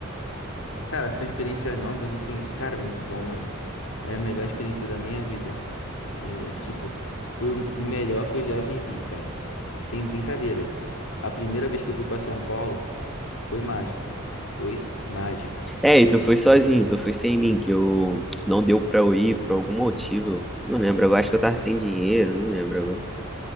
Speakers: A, on the left; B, in the centre.
A: Cara, são experiências novas, assim, cara, muito bom, mano. É a melhor experiência da minha vida. É, tipo, foi o o melhor que eu já vivi, cara. Sem brincadeira. A primeira vez que eu fui pra São Paulo foi mágico, cara. Foi mágico.
B: É, e tu foi sozinho, tu foi sem mim, que eu não deu para eu ir por algum motivo. Não lembro, eu acho que eu tava sem dinheiro, não lembro agora.